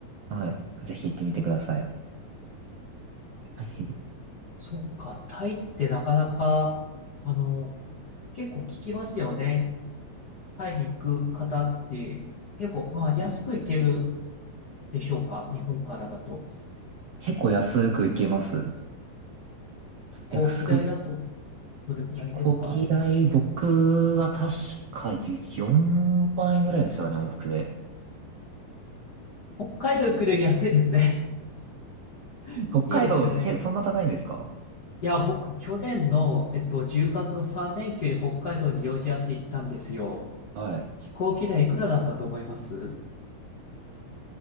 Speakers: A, on the right; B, on the left.
A: はい。ぜひ行ってみてください。はい。
B: そっか。タイってなかなか、あの、結構聞きますよね。タイに行く方って、結構、まあ、安く行けるでしょうか日本からだと。
A: 結構安く行けます。
B: 飛行機代だと
A: 安く、
B: どれくらいですか
A: 飛行機代、僕は確か4万円ぐらいでしたかね、往復で。
B: 北海道行くより安いですね。<laughs>
A: 北海道、
B: いいですね。
A: け、そんな高いんですか
B: いや、僕、去年の、えっと、10月の3連休に北海道に用事あって行ったんですよ。
A: はい。
B: 飛行機代いくらだったと思います